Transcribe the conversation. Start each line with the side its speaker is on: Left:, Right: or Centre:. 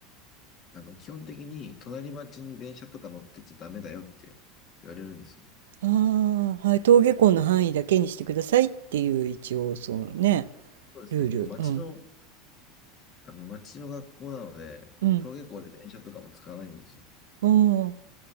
Left: あの、基本的に隣町に電車とか乗ってっちゃダメだよって言われるんですよ。
Right: ああ、はい、登下校の範囲だけにしてくださいっていう一応そうね、
Left: そうですね。
Right: ルール。
Left: えっと、町の、
Right: うん、
Left: あの、町の学校なので、
Right: うん、
Left: 登下校で電車とかも使わないんですよ。
Right: おー、